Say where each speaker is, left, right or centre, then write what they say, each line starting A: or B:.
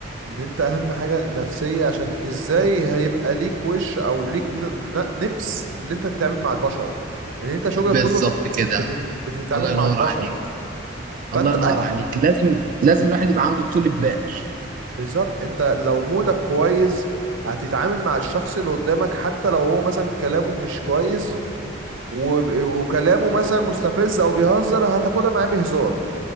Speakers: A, on the right; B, on the right.
A: ان انت اهم حاجة النفسية عشان ازاي هيبقى ليك وش او ليك ن- ن- نفس اللي انت تتعامل مع البشر ان انت شغلك
B: بالظبط
A: كله
B: كده
A: بتت- بتتعامل
B: الله
A: مع
B: ينور
A: البشر
B: عليك
A: فانت
B: الله ينور
A: أك...
B: عليك لازم لازم الواحد يبقى عنده طول بال
A: بالظبط انت لو مودك كويس هتتعامل مع الشخص اللي قدامك حتى لو هو مثلا كلامه مش كويس وب... وكلامه مثلا مستفز او بيهزر هتاخدها معاه بهزار